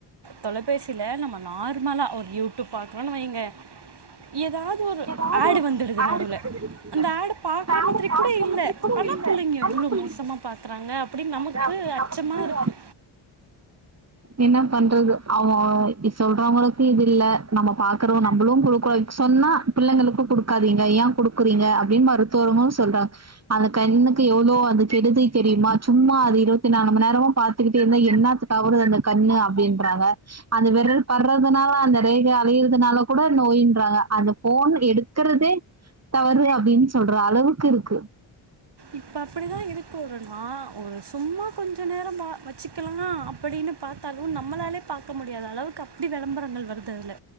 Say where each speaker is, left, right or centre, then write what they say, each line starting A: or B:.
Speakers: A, on the right; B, on the right.
A: தொலைபேசில நம்ம நார்மலா ஒரு யூ ட்யூப் பாக்றோ வெய்ங்க எதாது ஒரு
B: ஏதாவது
A: ஆடு
B: ஒரு
A: வந்துடுது
B: ஆடு
A: நடுல
B: வந்து விடுவாங்க
A: அந்த ஆடு பாக்ற
B: அந்த ஆட
A: மாதிரி
B: பாக்குற
A: கூட இல்ல
B: மாதிரி கூட
A: ஆனா
B: இல்ல
A: புள்ளைங்க
B: நம்ம
A: எவ்ளோ
B: புள்ளைங்க
A: மோசமா பாக்குறாங்க அப்டீன்னு நமக்கு
B: தான அப்டின்னு
A: அச்சமாருக்கு
B: இன்னா பண்றது அவ் அ இ சொல்றவுங்களுக்கு இதுல்ல நம்ம பாக்குறோ நம்மளோ குடுக்குறோ இ சொன்னா பிள்ளைங்களுக்கோ குடுக்காதீங்க ஏ குடுக்குறீங்க அப்டீன் மருத்துவரு சொல்றாங் அந்த கண்ணுக்கு எவ்ளோ அது கெடுதி தெரியுமா சும்மா அது இருபத்தி நாலு மணி நேரமு பாத்துக்கிட்டே இருந்தா என்னாத டவரு கொஞ்சோ கம்மி அப்டீன்றாங்க அந்த விரல் படுறதுனால அந்த ரேகை அழியறதுனால கூட நோய்ன்றாங்க அந்த ஃபோன் எடுத் இருக்கறதே தவறு அப்டீன்னு சொல்ற அளவுக்கு இருக்கு
A: இப்போ அப்புடிதா இருக்கு ஒரு நா ஒரு சும்மா கொஞ்சோ நேரம் அ வெச்சுக்கலா அப்புடீன்னு பாத்தாலு நம்மளாலே பாக்க முடியாத அளவுக்கு அப்புடி வெளம்பரங்கள் வருது அதுல